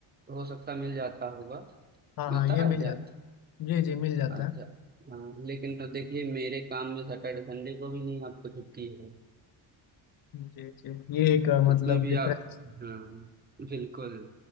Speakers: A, on the right; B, on the left.
A: हो सकता मिल जाता होगा
B: हाँ
A: मिलता
B: हाँ ये
A: है
B: मिल
A: क्या
B: जाता है जी जी मिल जाता
A: अच्छा
B: है
A: हाँ लेकिन तो देखिए मेरे काम में सैटरडे संडे को भी नहीं आपको छुट्टी है
B: जी जी ये एक अ, मतलब
A: उसमें भी
B: डिफरेंस
A: आप हाँ बिल्कुल